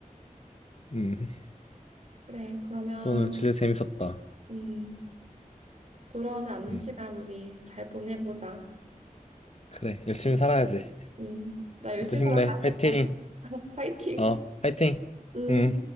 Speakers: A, on the left (about 50°); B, on the right (about 50°).
A: 음, <laughs>
B: 그래. 그러면
A: 또 오늘 진짜 재밌었다.
B: 음, 돌아오지 않는
A: 음,
B: 시간 우리 잘 보내보자.
A: 그래, 열심히 살아야지.
B: 음, 나 열심히
A: 모두 힘내.
B: 살아가야겠다.
A: 화이팅!
B: <laughs> 파이팅.
A: 어, 화이팅!
B: 음.
A: 음.